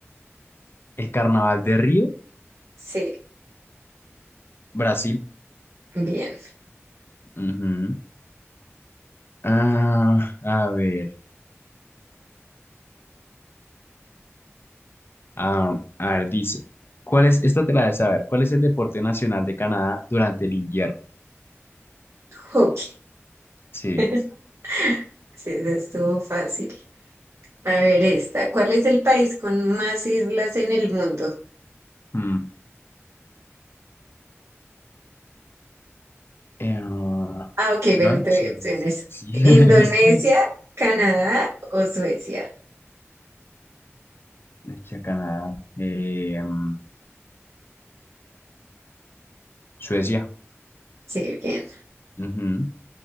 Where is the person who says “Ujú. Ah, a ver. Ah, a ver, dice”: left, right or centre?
Left